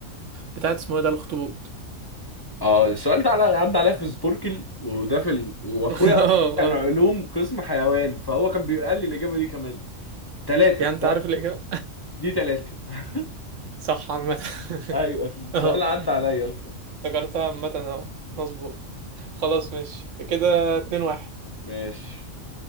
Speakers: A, on the right; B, on the left.
A: بتاعت اسمه ايه ده الاخطبوط
B: اه السؤال ده على- عدى عليا في سبوركل وده في ال... واخويا
A: <laughs> اه
B: اصلا كان علوم
A: اه
B: قسم حيوان فهو كان بيقال لي الاجابه دي كمان ثلاثه
A: يعني انت
B: ده
A: عارف الإجابة
B: دي ثلاثه <laughs>
A: صح عامة
B: ايوه
A: <laughs>
B: السؤال
A: اه
B: عدى عليا اصلا
A: افتكرتها عامة اه مظبوط خلاص ماشي كده اتنين واحد
B: ماشي